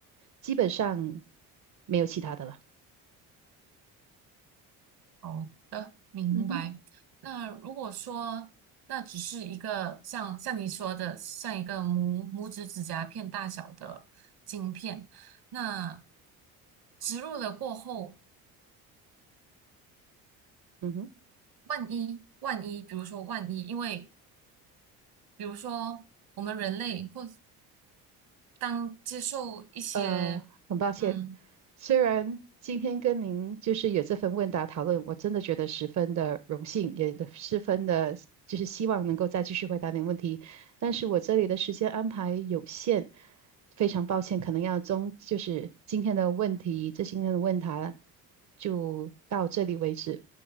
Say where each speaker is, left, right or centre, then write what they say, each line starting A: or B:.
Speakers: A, on the right (about 40°); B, on the right (about 60°).
A: 基本上没有其他的了。
B: 好的，明白。
A: 嗯哼，
B: 那如果说那只是一个像像你说的，像一个拇拇指指甲片大小的晶片，那植入了过后，
A: 嗯哼，
B: 万一万一，比如说万一，因为比如说我们人类或当接受一些，
A: 呃，很抱歉，
B: 嗯，
A: 虽然今天跟您就是有这份问答讨论，我真的觉得十分的荣幸，也的十分的，就是希望能够再继续回答您问题，但是我这里的时间安排有限，非常抱歉，可能要中，就是今天的问题，这今天的问答就到这里为止，